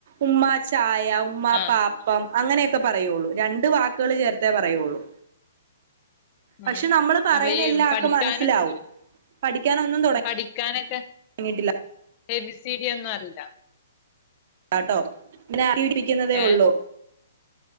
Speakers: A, on the right; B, on the left.
A: ഉമ്മ ചായാ ഉ ഉമ്മാ
B: ആ
A: പാപ്പം അങ്ങനെയൊക്കെ പറയൊള്ളൂ രണ്ട് വാക്കുകള് ചേർത്തേ പറയൊള്ളൂ പക്ഷേ
B: ആ
A: നമ്മള് പറയുന്നെല്ലാം
B: അപ്പൊ ഈ
A: അവക്ക്
B: പഠിക്കാനൊക്കെ
A: മനസ്സിലാവും പഠിക്കാൻ ഒന്നും തുട
B: പഠിക്കാനൊക്കെ
A: തുടങ്ങീട്ടില്ല.
B: എ ബി സി ഡിയൊന്നും അറീല്ല
A: <unintelligible>
B: ഏ
A: ഉള്ളൂ